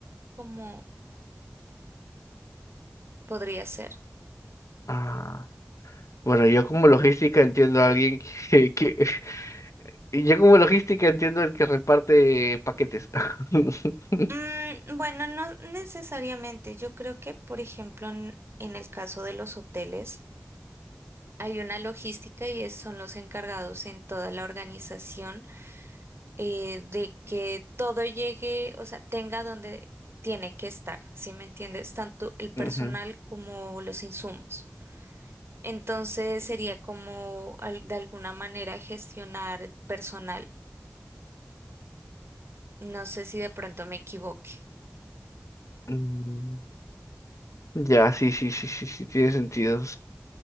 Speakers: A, on the right; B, on the left.
A: como podría ser.
B: Ah, bueno, yo como logística entiendo a alguien que, que- <laughs> yo como logística entiendo el que reparte paquetes. <laughs>
A: Mm, bueno, no necesariamente. Yo creo que, por ejemplo, en, en el caso de los hoteles, hay una logística y es- son los encargados en toda la organización eh, de que todo llegue, o sea, tenga donde tiene que estar, ¿sí me entiendes? Tanto el personal
B: Ujú.
A: como los insumos. Entonces sería como al- de alguna manera gestionar personal. No sé si de pronto me equivoque.
B: Mm, Ya, sí, sí, sí, sí, sí, tiene sentido.